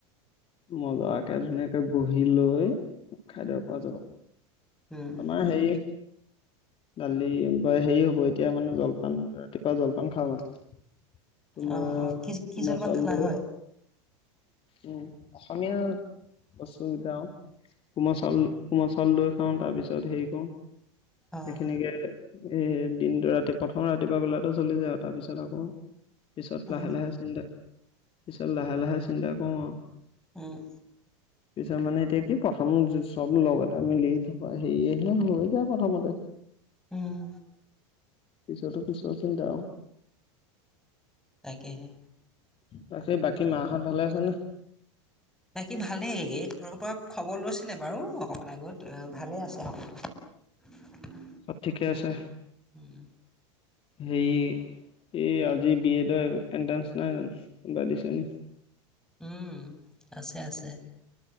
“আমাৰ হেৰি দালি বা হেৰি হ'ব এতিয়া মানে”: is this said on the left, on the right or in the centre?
Left